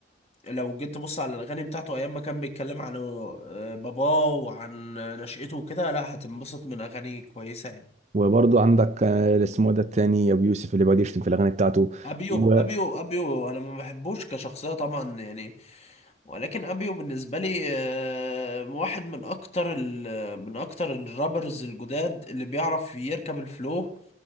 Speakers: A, on the left; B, on the right.
A: لو جيت تبص على الاغاني بتاعته ايام ما كان بيتكلم عن آه، باباه وعن نشأته وكده لا هتنبسط من اغاني كويسه يعني
B: وبرضه عندك آه، اللي اسمه ده التاني ابو يوسف اللي بيقعد يشتم في الاغاني بتاعته
A: ابيو
B: وايوه
A: ابيو ابيو انا ما بحبوش كشخصيه طبعا يعني ولكن ابيو بالنسبه لي آه، واحد من اكتر ال- من اكتر الرابرز الجداد اللي بيعرف يركب الفلو